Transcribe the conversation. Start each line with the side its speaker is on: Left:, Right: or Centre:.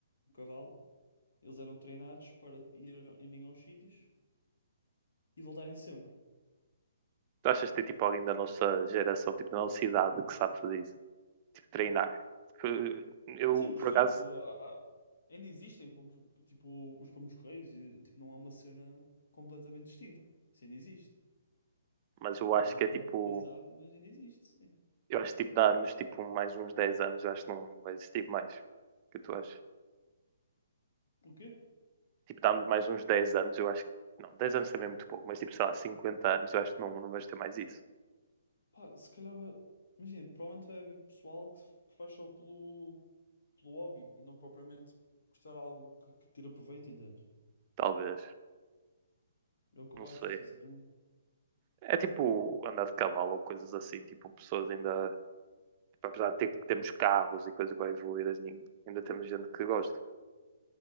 Left: um cavalo, eles eram treinados para ir, irem aos sítios e voltarem sempre.
Right: Tu achas que tem tipo alguém da nossa geração, tipo da nossa idade, que sabe fazer isso? Tipo, treinar. Tipo, Eu,
Left: 100%.
Right: por acaso,
Left: há- há- Ainda existem pomos, tipo, os pomos-correios e tipo, não é uma cena completamente distinta. Isso ainda existe.
Right: Mas eu acho
Left: Não é
Right: que
Left: tanto
Right: é tipo.
Left: utilizado, mas ainda existe, sim.
Right: Eu acho que tipo, dá-nos tipo mais uns 10 anos, eu acho que não, vai existir mais. O que tu achas?
Left: O quê?
Right: Tipo, dá-nos mais uns 10 anos, eu acho que. Não, 10 anos também é muito pouco, mas tipo, sei lá, cinquenta anos, eu acho que não, não vais ter mais isso.
Left: Pá, se calhar, vai- imagina, provavelmente vai haver pessoal que, que faz só pelo, pelo hobby e não propriamente gostar de algo que, que tira proveito, entendes?
Right: Talvez.
Left: É o que
Right: Não
Left: eu
Right: sei.
Left: acho, sinceramente.
Right: É tipo andar de cavalo ou coisas assim, tipo, pessoas ainda. tipo, apesar de ter, temos carros e coisas bem evoluídas, nin- ainda temos gente que gosta.